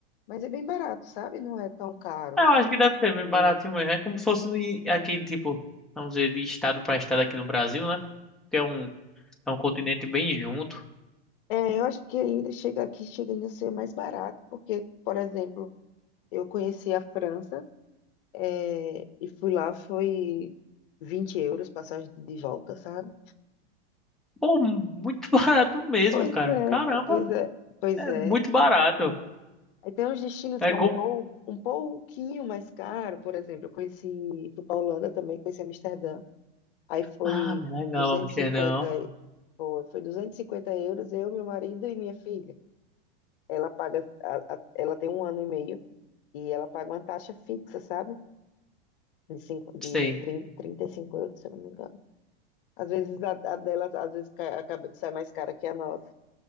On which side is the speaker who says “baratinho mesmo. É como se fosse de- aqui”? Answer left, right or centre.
Centre